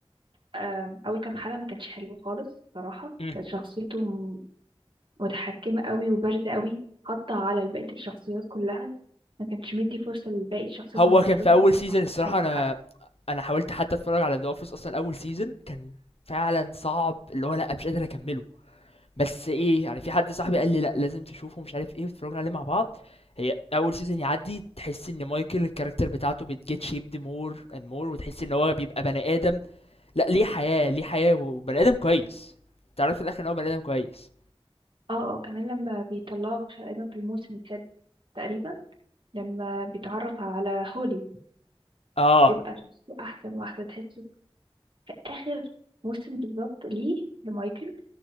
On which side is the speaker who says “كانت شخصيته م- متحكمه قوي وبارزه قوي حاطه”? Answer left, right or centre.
Right